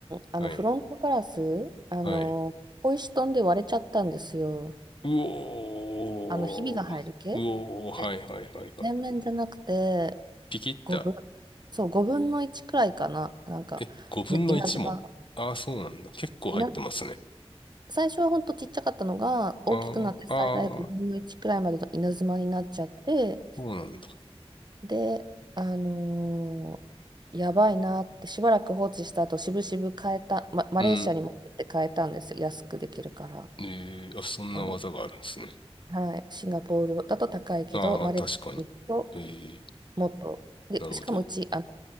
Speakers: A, on the right; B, on the left.
A: あの、
B: はい。
A: フロントガラス、あの、
B: はい。
A: 小石飛んで割れちゃったんですよ。
B: うおー。
A: あの、ひびが入る系で
B: うおー。はいはいはいはい。
A: 全面じゃなくて、
B: ピキッた。
A: 5分、そう、5分の1くらいかな。なんか、
B: え、5分の1も。
A: ね稲妻が、
B: ああ、そうなんだ。結構入ってますね。
A: 稲、最初はほんとちっちゃかったのが、大きくなって最大5分の1くらいまでの稲妻になっちゃって、
B: ああ、ああ、そうなんだ。
A: で、あのーやばいなって、しばらく放置した後、しぶしぶ変えた、ま、マレーシアに持ってって変えたんですよ。
B: うん。
A: 安くできるから。
B: えー、あ、そんな技があるんですね。
A: あの、はい、シンガポールだと高いけど、
B: ああ、
A: マレーシアに行くと
B: 確かに。ええ、
A: もっと、で、
B: なるほど。
A: しかもうち、あの